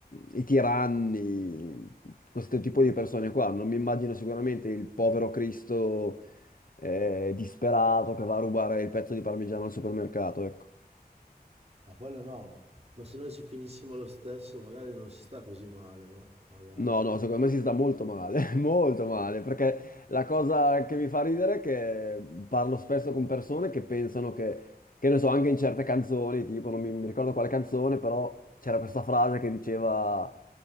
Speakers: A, on the left (about 55°); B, on the right (about 40°).
A: i tiranni, questo tipo di persone qua. Non mi immagino sicuramente il povero Cristo eh, disperato che va a rubare il pezzo di parmigiano al supermercato, ecco.
B: Ma quello no. Ma se noi ci finissimo lo stesso, magari non si sta così male, no? Magari.
A: No, no, secondo me si sta molto male, <laughs> molto male, perché la cosa che mi fa ridere è che parlo spesso con persone che pensano che, che ne so, anche in certe canzoni, tipo, non mi, mi ricordo quale canzone, però c'era questa frase che diceva